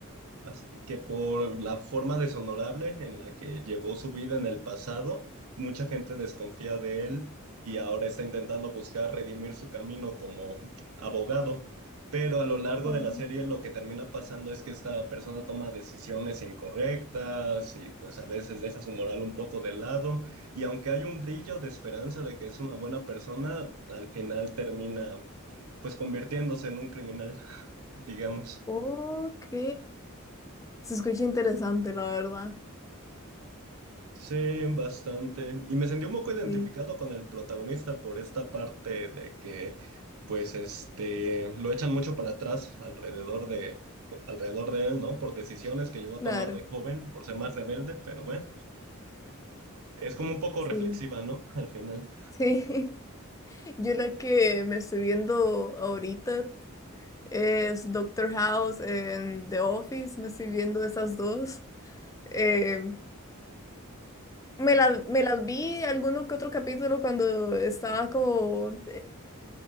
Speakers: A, on the right (about 80°); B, on the left (about 15°).
A: Así que por la forma deshonorable en la que llevó su vida en el pasado, mucha gente desconfía de él y ahora está intentando buscar redimir su camino como abogado. Pero a lo largo
B: Mm.
A: de la serie lo que termina pasando es que esta persona toma decisiones incorrectas y pues a veces deja su moral un poco de lado y aunque hay un brillo de esperanza de que es una buena persona, al final termina pues convirtiéndose en un criminal, <laughs> digamos.
B: Ok. Se escucha interesante, la verdad.
A: Sí, bastante. Y me sentí un poco identificado
B: Sí,
A: con el protagonista por esta parte de que, pues, este, lo echan mucho para atrás alrededor de, alrededor de él, ¿no? Por decisiones que llegó a
B: claro.
A: tomar de joven, por ser más rebelde, pero bueno, es como un poco
B: Sí,
A: reflexiva, ¿no? <laughs> Al final.
B: sí. <laughs> Yo la que me estoy viendo ahorita es Doctor House en The Office. Me estoy viendo esas dos. Em, me la- me las vi alguno que otro capítulo cuando estaba como